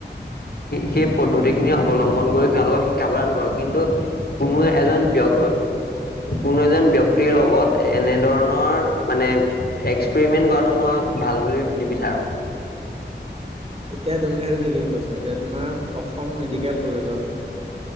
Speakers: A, on the left; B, on the right.
A: সেই পদ্ধতি খিনি অৱলম্বন কৰি তেওঁলোকক শিক্ষা প্ৰদান কৰক কিন্তু- কোনো এজন ব্যয় কোনো এজন ব্যক্তিৰ লগত এনেধৰণৰ মানে এক্সপেৰিমেন্ট কৰাটো মই- ভাল বুলি নিবিচাৰো।
B: এতিয়া তুমি সেইটো ঠিকেই কৈছা এতিয়া তোমাৰ অসম মেডিকেল কলেজত-